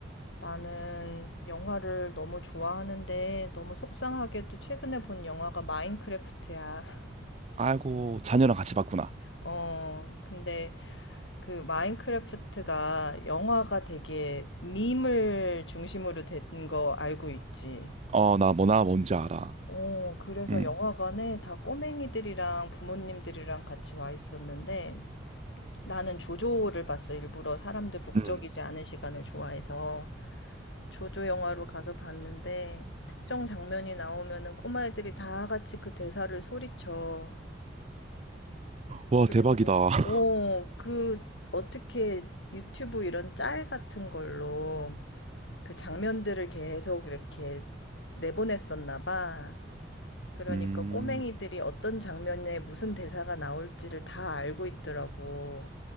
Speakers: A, on the left; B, on the right.
A: 나는 영화를 너무 좋아하는데 너무 속상하게도 최근에 본 영화가 마인크래프트야.
B: 아이고, 자녀랑 같이 봤구나.
A: 어, 근데 그 마인크래프트가 영화가 되게 밈을 중심으로 된 거 알고 있지.
B: 어, 나 뭐, 나 뭔지 알아.
A: 어, 그래서
B: 음.
A: 영화관에 다 꼬맹이들이랑 부모님들이랑 같이 와 있었는데 나는 조조를 봤어. 일부러 사람들 북적이지
B: 음.
A: 않은 시간을 좋아해서 조조 영화로 가서 봤는데 특정 장면이 나오면은 꼬마애들이 다 같이 그 대사를 소리쳐.
B: 와,
A: 그리고
B: 대박이다.
A: 막,
B: <laughs>
A: 오, 그, 어떻게 유튜브 이런 짤 같은 걸로 그 장면들을 계속 이렇게 내보냈었나 봐. 그러니까
B: 음,
A: 꼬맹이들이 어떤 장면에 무슨 대사가 나올지를 다 알고 있더라고.